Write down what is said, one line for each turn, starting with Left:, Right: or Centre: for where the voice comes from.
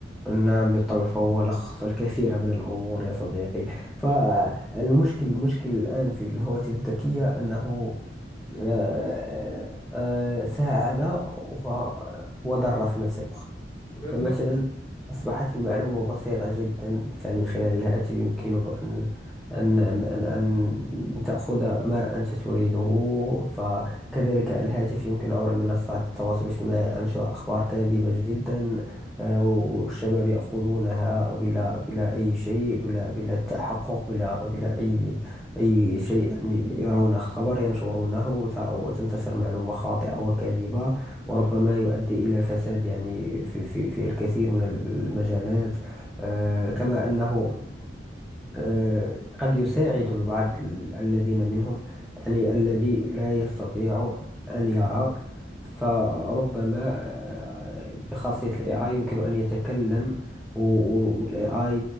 Centre: نعم بالطبع فهو لخص الكثير من الأمور يا صديقي
Left: بالظبط
Centre: فالمشكل المشكل الآن في الهواتف الذكية أنه آه، آه، آه، ساعد و- وضر في نفس الوقت
Left: بالظبط
Centre: فمثلا أصبحت المعلومة بسيطة جدا فمن خلال الهاتف يمكن أن أن أن أن أن تأخذ ما أنت تريده فكذلك الهاتف يمكن عبر منصات التواصل الاجتماعي أنشر أخبار كاذبة جدا آه، والشباب يأخذونها بلا بلا أي شيء بلا بلا تحقق بلا بلا أي أي شيء يعني يرون خبر ينشرونه وت- وتنتشر معلومة خاطئة وكاذبة
Left: بالظبط
Centre: وربما يؤدي إلى الفساد يعني في في في الكثير من المجالات آه، كما أنه آه، قد يساعد البعض ال- الذين منهم يعني الذي لا يستطيع أن يرى فربما آه، بخاصية ال AI يمكن أن يتكلم وال AI